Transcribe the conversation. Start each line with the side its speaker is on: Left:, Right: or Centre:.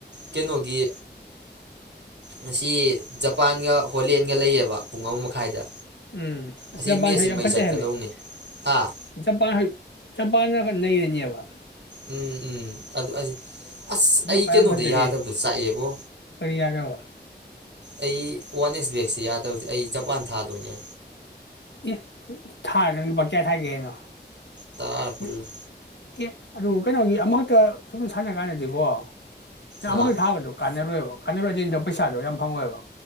Right: ꯀꯩꯅꯣꯒꯤ ꯉꯁꯤ ꯖꯞ ꯖꯄꯥꯟꯒ ꯍꯣꯂꯦꯟꯒ ꯂꯩꯌꯦꯕ ꯄꯨꯡ ꯑꯍꯨꯝ ꯃꯈꯥꯏꯗ
Left: ꯎꯝ
Right: ꯑꯁꯤ
Left: ꯖꯄꯥꯟ
Right: ꯃꯦꯠꯁꯁꯤ ꯃꯩ
Left: ꯌꯥꯝ ꯐꯠꯇꯦ
Right: ꯆꯠꯀꯗꯧꯅꯤ
Left: ꯍꯥꯏꯃꯤ
Right: ꯍꯥ
Left: ꯖꯄꯥꯟ ꯆꯄꯥꯟꯅꯕ ꯂꯩꯔꯤꯅꯦꯕ
Right: ꯎꯝ ꯎꯝ ꯑꯗꯨ ꯑꯁ
Left: ꯖꯄꯥꯟ
Right: ꯑꯩ ꯀꯩꯅꯣꯗ
Left: ꯌꯥꯝ ꯐꯖꯔꯤ
Right: ꯌꯥꯗꯕꯗꯣ ꯆꯥꯛꯑꯦꯕꯣ
Left: ꯀꯔꯤ ꯌꯥꯗꯕ
Right: ꯑꯩ ꯋꯥꯟ ꯑꯦꯁ ꯕꯦꯠꯁꯦ ꯌꯥꯗꯕꯗꯨꯢ ꯑꯩ ꯖꯄꯥꯟ ꯊꯥꯗꯧꯅꯦ
Left: ꯑꯦ ꯊꯥ ꯅꯪ ꯂꯨꯄꯥ ꯀꯌꯥ ꯊꯥꯒꯦ ꯍꯥꯏꯅꯣ
Right: ꯇꯔꯥ ꯀꯨꯜꯂ
Left: ꯍꯨꯝ ꯑꯦ ꯑꯗꯨ ꯀꯩꯅꯣꯒꯤ ꯑꯃꯈꯛꯇ ꯁꯨꯝ ꯁꯥꯟꯅ ꯀꯥꯟꯗꯗꯤꯀꯣ ꯅꯪ
Right: ꯑꯥ
Left: ꯑꯃꯈꯛꯇ ꯊꯥꯕꯗꯨ ꯀꯥꯟꯅꯔꯣꯏꯕ ꯀꯥꯟꯅꯔꯣꯢꯗꯣ ꯄꯩꯁꯥꯗꯣ ꯌꯥꯝ ꯐꯪꯉꯣꯏꯕ